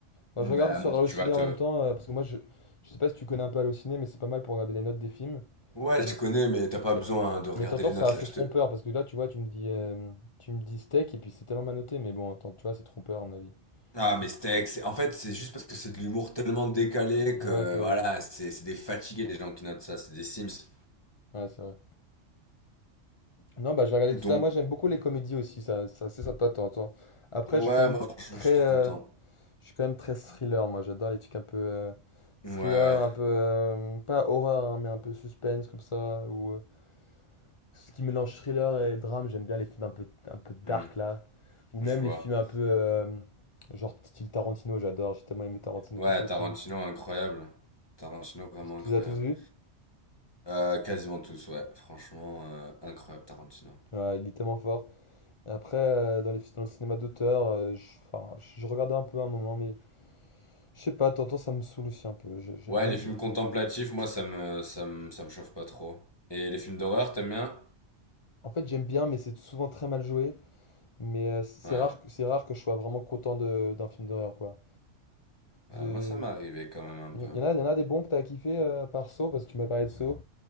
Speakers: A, on the left; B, on the left.
A: Bah je regarde
B: Ben,
A: sur Allociné
B: tu vas te...
A: en même temps, euh, parce que moi je, je sais pas si tu connais un peu Allociné, mais c'est pas mal pour regarder les notes des films.
B: Ouais,
A: Mm.
B: je connais, mais t'as pas
A: Mais,
B: besoin de regarder
A: mais t'entends,
B: les
A: c'est
B: notes,
A: assez
B: là, je
A: trompeur,
B: te...
A: parce que là tu vois, tu me dis, euh, tu me dis steak et puis c'est tellement mal noté, mais bon, attends, tu vois, c'est trompeur à mon avis.
B: Ah,
A: C'est-
B: mais Steak, c'est... en fait, c'est juste parce que c'est de l'humour tellement décalé que,
A: Ouais, que.
B: voilà, c'est c'est des fatigués, les gens qui notent ça, c'est des Sims.
A: Ouais, c'est vrai. Non, bah, je vais regarder
B: Donc,
A: tout ça. Moi, j'aime beaucoup les comédies aussi, ça, ça, c'est sympa de temps en temps. Après,
B: ouais,
A: je suis quand même
B: moi, franchement,
A: très,
B: je suis trop
A: euh,
B: content.
A: je suis quand même très thriller, moi. J'adore les trucs un peu euh, thriller,
B: Ouais, ouais.
A: un peu, euh, pas horreur, hein, mais un peu suspense comme ça, ou euh, ce qui mélange thriller et drame. J'aime bien les films un peu, un peu dark,
B: Hmm,
A: là. Ou même
B: je vois.
A: les films un peu, euh, genre style Tarantino, j'adore. J'ai tellement aimé Tarantino,
B: Ouais,
A: tous ses
B: Tarantino,
A: films.
B: incroyable. Tarantino, vraiment
A: Je- Tu
B: incroyable.
A: les as tous vus?
B: Euh, quasiment tous, ouais. Franchement, euh, incroyable Tarantino.
A: Ouais, il est tellement fort. Après, euh, dans les, dans le cinéma d'auteur, euh, je, enfin, je je regardais un peu à un moment, mais Je sais pas, t'entends, ça me saoule aussi un peu. J'ai- j'ai-
B: Ouais,
A: J'aime
B: les
A: bien.
B: films contemplatifs, moi, ça me, ça me, ça me chauffe pas trop. Et les films d'horreur, t'aimes bien?
A: En fait, j'aime bien, mais c'est souvent très mal joué. Mais euh, c'est
B: Ouais.
A: rare, que- c'est rare que je sois vraiment content de- d'un film d'horreur, quoi.
B: Ouais,
A: Je...
B: moi, ça m'est arrivé quand même un peu.
A: Il y en a, il y en a des bons que t'as kiffé euh, par Saw, parce que tu m'as parlé de Saw.